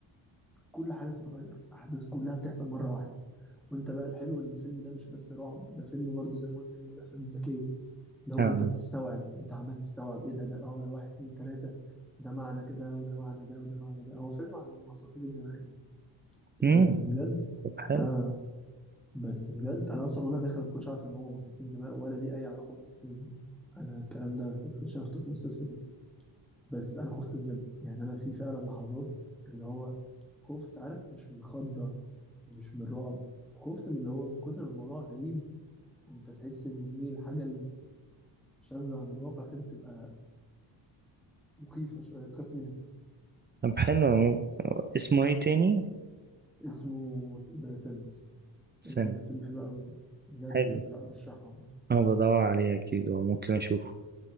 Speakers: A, in the centre; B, on the right.
A: كل حاجه بتتغير احداث كلها بتحصل مره واحده وانت بقى الحلو ان الفيلم ده مش بس رعب ده فيلم برضه زي ما قلنا ايه من الافلام الذكيه لو
B: آه.
A: انت بتستوعب انت عمال تستوعب ايه ده ده اه ده واحد اتنين تلاتة ده معنى كده وده معنى ده وده معنى ده هو فيلم عن مصاصين الدماء يعني
B: مم.
A: بس بجد
B: طب حلو
A: اه بس بجد انا اصلا وانا داخل ما كنتش عارف ان هو مصاصين دماء ولا ليه اي علاقة بمصاصين الدماء انا الكلام ده اكتشفته في نص الفيلم بس انا خفت بجد يعني انا في فعلا لحظات اللي هو خفت عارف مش من الخضة مش من الرعب خفت من اللي هو من كتر ما الموضوع غريب انت تحس ان ايه الحاجة الشاذة عن الواقع كده بتبقى مخيفة شوية بتخاف منها
B: طب حلو اسمه ايه تاني؟
A: اسمه ذا سينرز
B: استنى
A: آه فيلم حلو قوي بجد
B: حلو
A: بجد لا ارشحه يعني
B: انا بدور عليه اكيد وممكن اشوفه